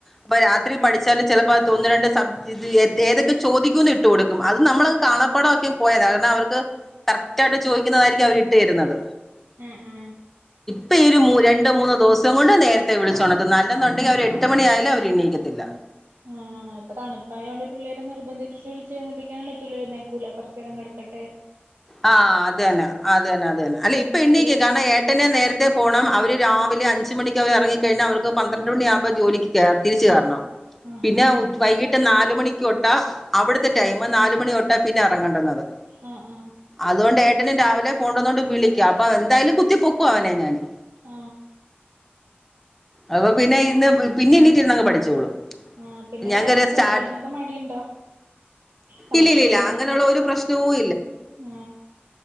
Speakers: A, in the centre; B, on the right.
A: അപ്പൊ രാത്രി
B: ഉം
A: പഠിച്ചാലും ചിലപ്പോ ഒന്ന് രണ്ട് സബ് ഇത് എത് ഏതൊക്കെ ചോദിക്കുംന്ന് കൊടുക്കും അത് നമ്മള് കാണാപ്പാടാക്കി പോയ കാരണം അവർക്ക് കറ <unintelligible> ചോദിക്കുന്നതായിരിക്കും അവർ ഇട്ട് തരുന്നത്
B: എ എ
A: ഇപ്പ ഈ ഒരു രണ്ടോ മൂന്നു ദിവസം കൊണ്ട് നേരത്തെ വിളിച്ചു ഉണത്തുന്ന അല്ലെന്നുണ്ടെങ്കിൽ അവര് എട്ട് മണിയായാല അവര് എണി ക്കത്തില്ല
B: ആ ഇപ്പൊ തണുപ്പായൊണ്ട് പിള്ളേരെ നിർബന്ധിപ്പിച്ചച്ച് വിളിച്ചേന്നിപ്പിക്കാൻ പറ്റൂല്ല എരുന്നേക്കൂല കൊറച്ച് നേരം കിട ക്കട്ടെ
A: ആ അത തന്നെ അത തന്നെ അത തന്നെ അല്ലെ ഇപ്പൊ
B: മടിയായിരിക്കും
A: എണ്ണീക്കും കാരണം ഏട്ടനെ നേരത്തെ പോണം അവര് ഒരു രാവിലെഞ്ച് മണിക്ക് അവർ ഇറങ്ങിക്കഴിഞ്ഞ അവർക്ക് പന്ത്രണ്ട് മണിയാവുമ്പോ ജോലിക്ക് കയ തിരിച്ച് കയറണം
B: ആ
A: പിന്നെ
B: ഹാ ഹാ
A: ഉ വൈകിട്ട് നാല് മണിക്ക് തൊട്ട അവിടുത്തെ ടൈം നാല് മണി തൊട്ടേ പിന്നെ ഇറങ്ങണണ്ടത്
B: ആ ആ
A: അതൊണ്ട് എ ട്ടൻ രാവിലെ പോണ്ടത്തൊണ്ട് വിളിക്കാം അപ്പ എന്തായ്ലും കുത്തി പൊക്കു അവനെ ഞാന്
B: ആ
A: അപ്പൊ പിന്നെ ഇന്ന് പിന്നെ എണീറ്റിരുന്നങ് പഠിച്ചോളും
B: ആ പിന്നെ
A: ഞാൻ
B: രാവിലെ
A: കയറിയ
B: കുളിക്കാനൊക്കെ
A: സ്റ്റാർട്ട്
B: മടിയുണ്ടാ തണുപ്പല്ലേ
A: ഇല്ല ഇല്ല ഇല്ല അങ്ങനെയുള്ള ഒരു പ്രശ്നവും
B: ആ